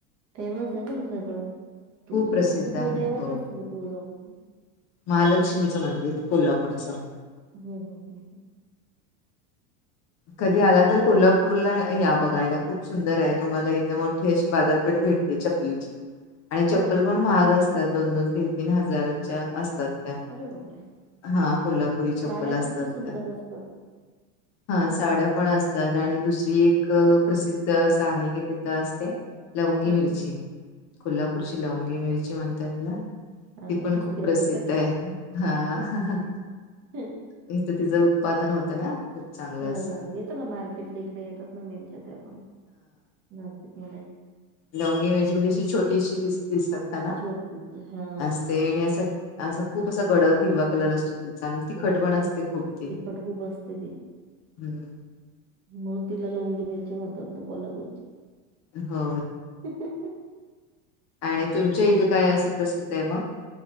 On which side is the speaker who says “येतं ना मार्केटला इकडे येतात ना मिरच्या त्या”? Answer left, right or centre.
Right